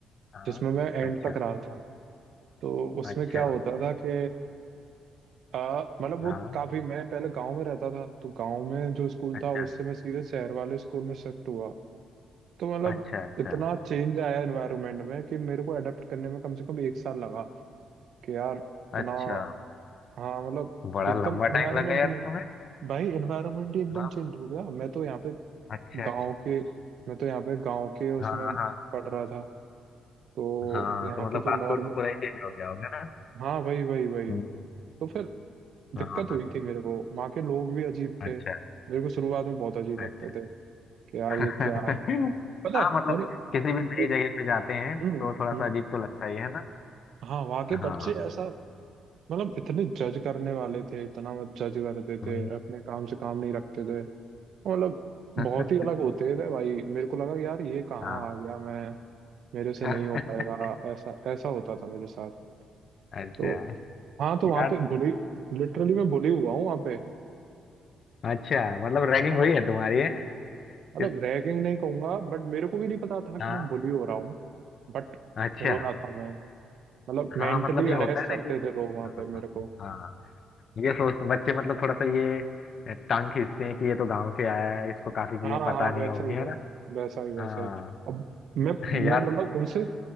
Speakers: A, on the left (about 50°); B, on the right (about 70°).
A: हाँ
B: जिसमें मैं एंड
A: अच्छा
B: तक रहा था तो उसमें
A: अच्छा
B: क्या होता था कि आ, मतलब वो
A: हाँ
B: काफी मैं पहले गांव में रहता था तो गांव में जो स्कूल
A: अच्छा
B: था उससे मैं सीधे शहर वाले स्कूल में शिफ्ट हुआ तो मतलब
A: अच्छा अच्छा
B: इतना चेंज आया एनवायरनमेंट में कि मेरे को अडेप्ट करने में कम से कम एक साल लगा कि यार इतना
A: अच्छा
B: हाँ मतलब
A: बड़ा
B: एकदम
A: लंबा
B: एनवायरनमेंट
A: टाइम लगा यार तुम्हें
B: भाई एनवायरनमेंट ही एकदम
A: हाँ
B: चेंज हो गया मैं तो यहाँ पे
A: अच्छा
B: गांव
A: अच्छा
B: के मैं तो यहाँ पे गांव के उसमें
A: हाँ हाँ
B: पढ़ रहा था तो
A: हाँ
B: यहाँ
A: तो मतलब
B: पे तो
A: कास्ट
B: नॉर्म
A: तो पूरा ही चेंज हो गया होगा ना
B: हाँ भाई भाई भाई
A: हम्म,
B: तो फिर दिक्कत
A: हाँ
B: हुई थी मेरे को वहाँ के लोग भी अजीब
A: अच्छा
B: थे मेरे को शुरुआत में बहुत अजीब लगते
A: अच्छा
B: थे कि यार
A: <laughs>
B: ये क्या है पता
A: हाँ
B: है
A: मतलब
B: मैंने
A: किसी भी नई
B: एक
A: जगह पे जाते हैं तो
B: हम्म
A: थोड़ा सा
B: हम्म
A: अजीब तो लगता ही है ना
B: हाँ वहाँ के
A: हाँ
B: बच्चे ऐसा मतलब इतने जज करने वाले थे इतना मत जज करते
A: हम्म,
B: थे अपने काम से काम नहीं रखते थे मतलब
A: <laughs>
B: बहुत ही अलग होते थे भाई मेरे को लगा यार ये कहाँ
A: हाँ
B: आ गया मैं मेरे से
A: <laughs>
B: नहीं हो पाएगा ऐसा ऐसा होता था मेरे साथ
A: अच्छा
B: तो
A: यार
B: हाँ तो वहाँ पे बुली लिटरली मैं बुली हुआ हूँ वहाँ पे
A: अच्छा मतलब रैगिंग
B: हाँ
A: हुई है तुम्हारी है
B: मतलब
A: इस-
B: रैगिंग नहीं कहूंगा बट मेरे को भी नहीं पता था कि
A: हाँ
B: मैं बुली हो रहा हूँ बट
A: अच्छा
B: हो रहा था मैं मतलब
A: हाँ
B: मेंटली
A: मतलब ये होता
B: अरेस्ट
A: है
B: करते
A: ना कि
B: थे लोग वहाँ
A: हाँ
B: पे मेरे को
A: हाँ ये सोचते बच्चे मतलब थोड़ा सा ये अ, टांग खींचते हैं कि ये तो गांव से आया है इसको काफी चीजें
B: हाँ हाँ
A: पता
B: हाँ,
A: नहीं
B: वैसा
A: होंगी
B: ही वैसा
A: है ना
B: वैसा ही वैसा
A: हाँ
B: ही और मैं
A: <laughs> यार
B: मैं मतलब उनसे